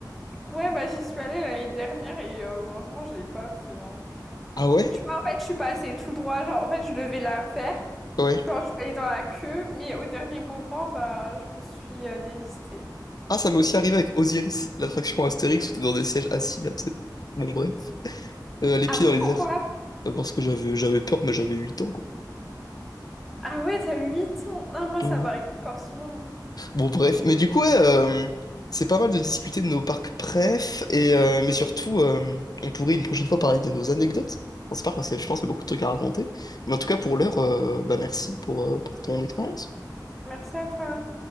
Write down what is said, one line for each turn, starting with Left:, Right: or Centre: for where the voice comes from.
Centre: Ouais, bah j'y suis allée l'année dernière et euh, franchement, je l'ai pas fait. hein.
Left: Ah ouais?
Centre: Tu vois, en fait, je suis passée tout droit. Genre, en fait, je devais la faire.
Left: Ouais.
Centre: Genre, je suis allée dans la queue, mais au dernier moment, bah, je me suis euh, désistée.
Left: Ah, ça m'est aussi arrivé avec Osiris, l'attraction Astérix où t'es dans des sièges assis là, tu sais. Bon, bref. Euh, les
Centre: Ah
Left: pieds
Centre: bon,
Left: dans les
Centre: pourquoi?
Left: airs. Euh, Parce que j'avais j'avais peur, mais j'avais 8 ans, quoi.
Centre: Ah ouais, t'as 8 ans. Ah, moi,
Left: Ouais.
Centre: ça
Left: ouais.
Centre: m'arrive encore souvent.
Left: Bon, bref. Mais du coup, ouais, euh, c'est pas mal de discuter de nos parcs préf, et, euh, mais surtout, euh, on pourrait une prochaine fois parler de nos anecdotes. On sait pas, parce que je pense qu'il y a beaucoup de trucs à raconter. Mais en tout cas, pour l'heure, euh, bah, merci pour, euh, pour ton expérience.
Centre: Merci à toi.